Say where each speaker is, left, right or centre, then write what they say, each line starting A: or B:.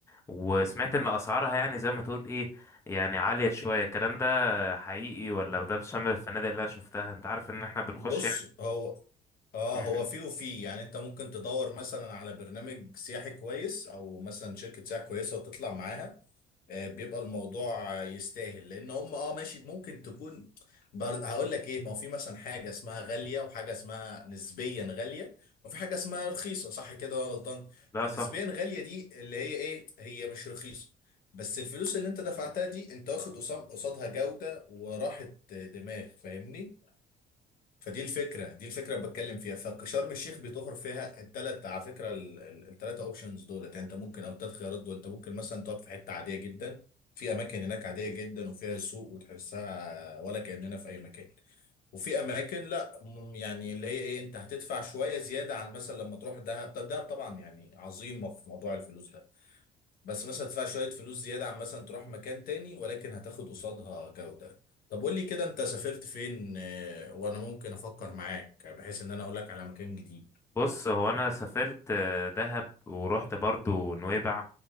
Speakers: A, on the left; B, on the left.
A: وسمعت ان اسعارها يعني زي ما تقول ايه يعني عالية شوية الكلام ده حقيقي ولا ده بشمل الفنادق اللي انا شفتها انت عارف ان احنا بنخش
B: بص هو اه
A: مم.
B: هو فيه وفيه يعني انت ممكن تدور مثلا على برنامج سياحي كويس او مثلا شركه سياحه كويسه وتطلع معاها آه، بيبقى الموضوع آه، يستاهل لان هم اه ماشي ممكن تكون بر... هقول لك ايه ما هو في مثلا حاجه اسمها غاليه وحاجه اسمها نسبيا غاليه وفي حاجه اسمها رخيصه صح كده ولا غلطان
A: لا
B: فنسبيا
A: صح
B: غاليه دي اللي هي ايه هي مش رخيصه بس الفلوس اللي انت دفعتها دي انت واخد قصام- قصادها جوده وراحه آه، دماغ فاهمني فدي الفكره دي الفكره اللي بتكلم فيها فشرم الشيخ بيتوفر فيها الثلاث على فكره الثلاثه اوبشنز دولت يعني انت ممكن او الثلاث خيارات دول انت ممكن مثلا تقعد في حته عاديه جدا في اماكن هناك عاديه جدا وفيها سوق وتحسها ولا كاننا في اي مكان وفي اماكن لا م- يعني اللي هي ايه انت هتدفع شويه زياده عن مثلا لما تروح دهب طب دهب طبعا يعني عظيمه في موضوع الفلوس ده بس مثلا تدفع شوية فلوس زيادة عن مثلا تروح مكان تاني ولكن هتاخد قصادها جودة طب قول لي كده انت سافرت فين آه، وانا ممكن افكر معاك بحيث ان انا اقول لك على مكان جديد
A: بص هو انا سافرت آه، دهب ورحت برضو نويبع